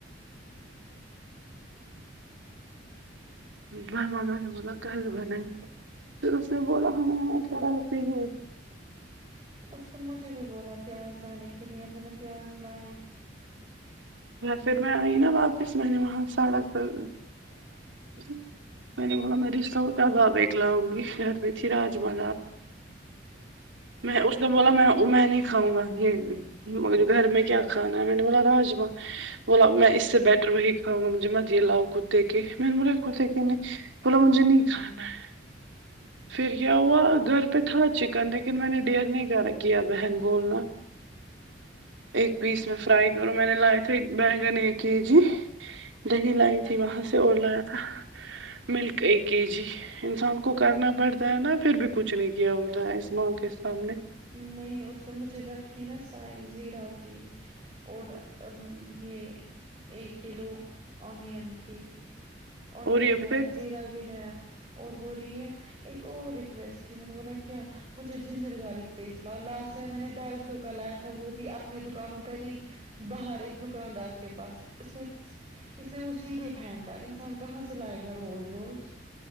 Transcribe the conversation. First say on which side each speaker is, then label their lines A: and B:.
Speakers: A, on the right (about 80°); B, on the right (about 30°).
A: ماما نے بلا کال بنائی پھر اس نے بولا ہمیں یہاں <unintelligible>
B: اس نے مجھے بھی بولا پیاز لانے کے لیے اب میں نے پیاز لائے
A: پھر میں آئی نہ واپس میں نے وہاں سڑک پہ <unintelligible> میں نے بولا میں <unintelligible> کبابایک لاؤںگی کر رہی تھی راجما میں اس کو بولا میں میں نہیں کھاؤںگا یہ گھر میں کیا کھانا ہے میں نے بولا راجما بولا میں اس سے بیٹر وہی کھاوںگا مجھے مت یہ لاؤ کتے کے میں نے بولے کتے کے نہیں بولا مجھے نہیں کھانا ہے پھر کیا ہوا گھر پہ تھا چکن لیکن میں نے ڈیر نہیں کرا کیا بہن بولنا ایک پیس میں فرائی کروں میں نے لائے تھے بیگن ایک کے جی دہی لائی تھی وہاں سے اور لایا تھا ملک ایک کے جی انسان کو کرنا پڑتا ہے نا پھر بھی کچھ نہیں کیا ہوتا ہے اس ماں کے سامنے
B: نہیں اس نے مجھے رکھی نا شاہی زیرہ کی اور یہ ایک کلو اونین کی اونین
A: اور یہ
B: لایا
A: پھر
B: زیرا بھی لایا اور بول رہی ہے ایک اور ریکویسٹ تھی میں نے بولا کیا مجھے جنجر گارلک پیسٹ لاؤ لاسٹ ٹائم میں نے ڈھائی سو کا لایا تھا وہ بھی اپنے دکانوں پہ نہیں باہر ایک دکاندار کے پاس اس نے اس نے وہ سیدھے پھینکا انسان کو کہاں سے لائیگا روز روز